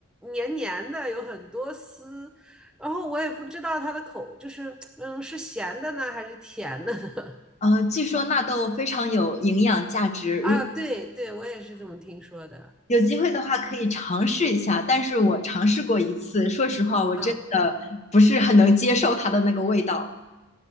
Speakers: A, in the centre; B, on the left.
A: 黏黏的，有很多丝，然后我也不知道它的口就是嗯是咸的呢还是甜的 <laughs>
B: 呃，据说纳豆非常有营养价值，如
A: 啊？对对，我也是这么听说的
B: 有机会的话可以尝试一下。但是我尝试过一次，说实话，我真的不是很能接受它的那个味道，
A: 啊。